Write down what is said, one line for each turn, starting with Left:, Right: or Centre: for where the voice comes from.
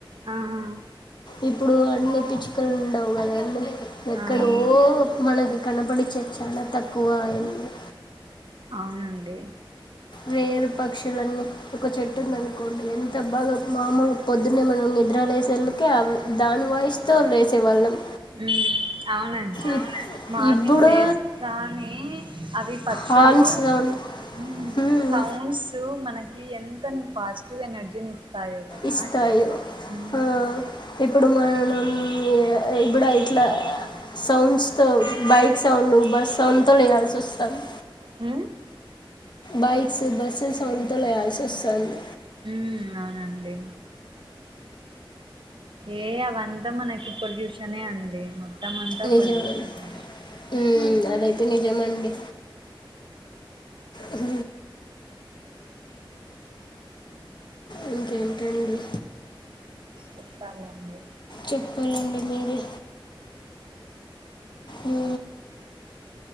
Right: ఆహ
Left: ఇప్పుడు అన్ని పిచ్చుకలు ఉండవు కదాండి ఎక్కడో
Right: అవును
Left: మనక కనబడి చెచ్చానా తక్కువ అయింది
Right: అవునండి
Left: వేరు పక్షులన్నీ ఒక చెట్టు ఉంది అనుకోండి ఎంత బాగా మామలుగా పొద్దు పొద్దున్నే మనం నిద్ర లేసేళ్కే దాని వాయిస్తో లేసేవాళ్ళం.
Right: మ్ అవునండి
Left: ఇప్-
Right: మార్నింగ్
Left: ఇప్పుడు
Right: లేస్తనీ అవి పక్షులు
Left: హార్న్ సౌండ్
Right: ఉహు
Left: హ్మ్.
Right: సౌండ్స్ మనకి ఎంత పాజిటివ్ ఎనర్జీని ఇస్తాయో కదా
Left: ఇస్తాయో
Right: ఉమ్
Left: ఆ ఇప్పుడు మనం ఎ ఇప్పుడు ఐ ఇట్లా సౌండ్స్తో బైక్ సౌండ్, బస్ సౌండ్తో లెయాల్సి వస్తాంది.
Right: హ
Left: బైక్స్ బస్సెస్ సౌండ్స్ తో లెయాల్సి వస్తది.
Right: ఉ అవునండి ఏ అవంతా మనకి పొల్యూషనే అండి మొత్తం అంతా
Left: నిజమె
Right: పొల్యూషనే
Left: మ్ అదైతే నిజమండి అహ ఇంకేంటండి?
Right: చెప్పాలండి
Left: చెప్పాలండి మీరే? అ